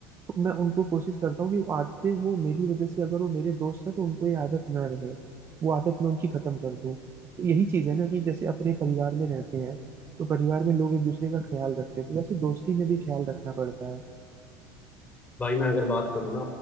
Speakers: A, on the right; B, on the left.
A: तो मैं उनको कोशिश करता हूँ कि वो आदतें वो मेरी वजह से अगर वो मेरे दोस्त हैं तो उनको ये आदत न रहे वो आदत मैं उनकी खत्म कर दूँ तो यही चीज है ना कि जैसे अपने परिवार में रहते हैं तो परिवार में लोग एक दूसरे का ख्याल रखते हैं तो वैसे दोस्ती में भी ख्याल रखना पड़ता है
B: भाई मैं अगर बात करूँ ना